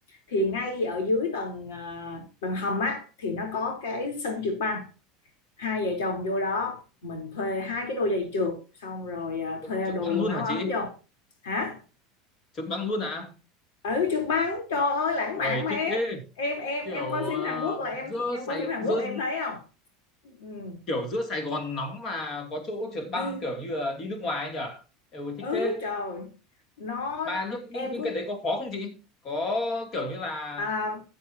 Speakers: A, on the left (about 85°); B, on the left (about 35°).
A: thì ngay ở dưới tầng à, tầng hầm á thì nó có cái sân trượt băng hai vợ chồng vô đó mình thuê hai cái đôi giày trượt xong rồi à, thuê
B: chụp
A: đồ
B: băng
A: quần
B: luôn
A: áo
B: hả
A: ấm
B: chị?
A: vô hả
B: Chụp băng luôn à?
A: ở trượt băng trời ơi lãng
B: Ui,
A: mạn mà
B: thích
A: em
B: thế
A: em em
B: kiểu
A: em coi
B: ờ,
A: phim Hàn Quốc là em
B: giữa
A: em
B: Sài
A: coi phim Hàn
B: giữa
A: Quốc em thấy không ừ
B: kiểu giữa Sài Gòn nóng mà có chỗ trượt băng
A: ừ
B: kiểu như là đi nước ngoài ấy nhở? Ừ, thích
A: ừ,
B: thế.
A: trời nó
B: Mà những
A: em
B: những những
A: cứ
B: cái đấy có khó không chị? Có kiểu như là
A: à,